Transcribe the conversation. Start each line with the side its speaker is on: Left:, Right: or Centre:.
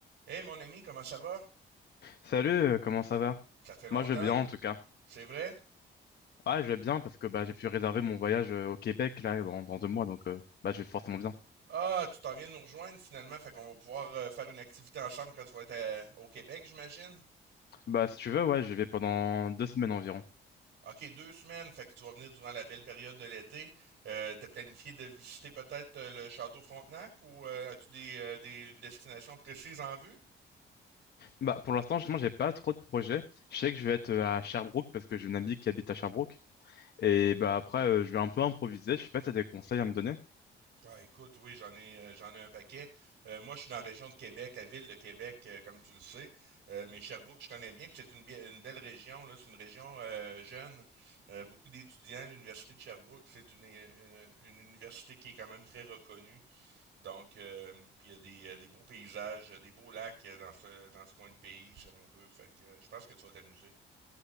Right: Hey, mon ami, comment ça va?
Left: Salut, euh, comment ça va?
Right: Ça fait longtemps?
Left: Moi je vais bien en tout cas.
Right: C'est vrai?
Left: Ouais, je vais bien parce que bah, j'ai pu réserver mon voyage euh, au Québec là dans, dans deux mois donc euh, bah, je vais forcément bien.
Right: Ah, tu t'en viens de nous rejoindre finalement, fait qu'on va pouvoir euh, faire une activité en chambre quand tu vas être à- au Québec, j'imagine?
Left: Bah si tu veux, ouais, je vais pendant deux semaines environ.
Right: Ok, deux semaines, fait que tu vas venir durant la belle période de l'été. Euh, t'as planifié de visiter peut-être euh, le château Frontenac ou euh, as-tu des, euh, des- une destination précise en vue?
Left: Bah pour l'instant, justement, j'ai pas trop de projets. Je sais que je vais être euh, à Sherbrooke parce que j'ai une amie qui habite à Sherbrooke. Et bah après, euh, je vais un peu improviser. Je sais pas si t'as des conseils à me donner.
Right: Ah, écoute, oui, j'en ai, euh, j'en ai un paquet. Euh, moi, je suis dans la région de Québec, la ville de Québec, euh, comme tu le sais. Euh, mais Sherbrooke, je connais bien, puis c'est une, bi- une belle région, là. C'est une région euh, jeune, Euh, beaucoup d'étudiants. L'université de Sherbrooke, c'est une, une, une université qui est quand même très reconnue. Donc, euh, puis il y a des, euh, des beaux paysages, euh, des beaux lacs euh, dans ce, dans ce coin de pays, si on veut. Fait que euh, je pense que tu vas t'amuser.